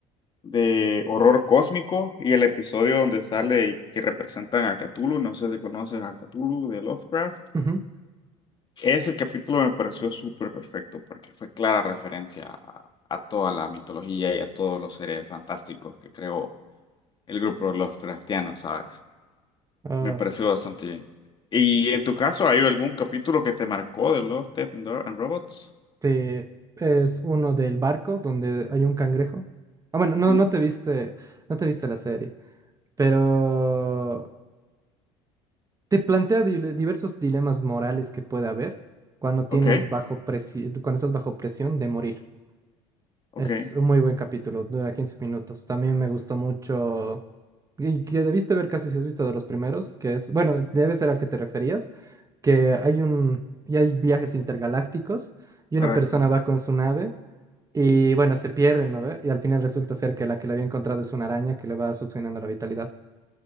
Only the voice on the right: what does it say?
Ujú.
Ah,
te- es uno del barco donde hay un cangrejo. Ah, bueno, no,
no te viste, no te viste la serie. pero te plantea dile- diversos dilemas morales que puede haber cuando tienes
bajo presi- cuando estás bajo presión de morir.
Es un muy buen capítulo, dura 15 minutos. También me gustó mucho y que debiste ver casi si has visto de los primeros, que es, bueno, debe ser al que te referías, que hay un y hay viajes intergalácticos y
una persona va con su nave y bueno, se pierden, ¿no ve? Y al final resulta ser que la que le había encontrado es una araña que le va succionando la vitalidad.